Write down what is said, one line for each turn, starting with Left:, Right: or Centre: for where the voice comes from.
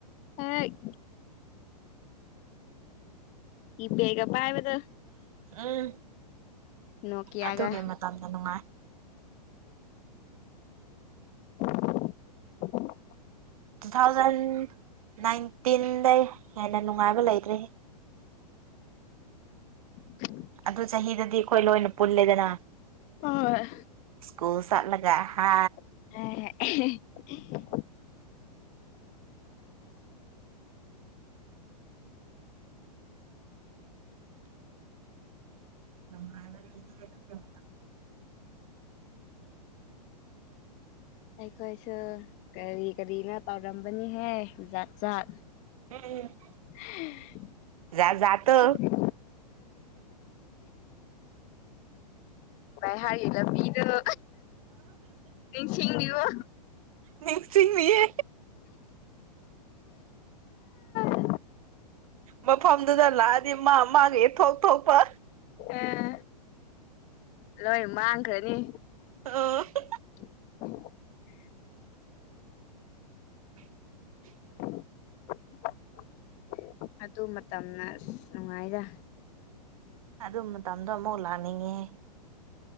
Left: ꯍꯦꯛ ꯀꯤꯄꯦꯠꯀ ꯄꯥꯏꯕꯗꯣ꯫
Right: ꯎꯝ
Left: ꯅꯣꯀꯤꯌꯥꯒ
Right: ꯑꯗꯨꯒꯤ ꯃꯇꯝꯗ ꯅꯨꯡꯉꯥꯏ꯫
Left: <inaudible>
Right: ꯇꯨ ꯊꯥꯎꯖꯟ ꯅꯥꯏꯟꯇꯤꯟꯗꯩ ꯍꯦꯟꯅ ꯅꯨꯡꯉꯥꯏꯕ ꯂꯩꯇ꯭ꯔꯦꯍꯦ꯫
Left: <inaudible>
Right: ꯑꯗꯨ ꯆꯍꯤꯗꯗꯤ ꯑꯈꯣꯏ ꯂꯣꯏꯅ ꯄꯨꯜꯂꯦꯗꯅ꯫
Left: ꯍꯣꯏ
Right: ꯁ꯭ꯀꯨꯜ ꯆꯠꯂꯒ ꯍꯥ꯫
Left: <unintelligible>
Right: ꯅꯨꯡꯉꯥꯏꯕꯅꯤ ꯑꯗꯨ <unintelligible>
Left: ꯑꯩꯈꯣꯏꯁꯨ ꯀꯔꯤ ꯀꯔꯤꯅꯣ ꯇꯧꯔꯝꯕꯅꯤꯍꯦ ꯖꯥꯠ ꯖꯥꯠ꯫
Right: <unintelligible>
Left: <inaudible>
Right: ꯖꯨꯠ ꯖꯥꯠꯇꯣ꯫
Left: <unintelligible> <unintelligible> ꯀꯩ ꯍꯥꯏꯔꯤ ꯂꯝꯕꯤꯗꯨ <unintelligible> <unintelligible> ꯅꯤꯡꯁꯤꯡꯂꯤꯕꯣ
Right: ꯅꯤꯡꯁꯤꯡꯉꯤꯌꯦ
Left: <unintelligible> <unintelligible>
Right: ꯃꯐꯝꯗꯨꯗ ꯂꯥꯛꯑꯗꯤ ꯃꯥ ꯃꯥꯒꯤ ꯊꯣꯛ ꯊꯣꯛꯄ
Left: ꯑꯦ ꯂꯣꯏ ꯃꯥꯡꯈ꯭ꯔꯅꯤ
Right: ꯑꯣ <unintelligible>
Left: <unintelligible>
Right: <unintelligible>
Left: <unintelligible> ꯑꯗꯨ ꯃꯇꯝꯅ ꯑꯁ ꯅꯨꯡꯉꯥꯏꯗ
Right: ꯑꯗꯨ ꯃꯇꯝꯗꯣ ꯑꯃꯨꯛ ꯂꯥꯛꯅꯤꯡꯉꯦꯍꯦ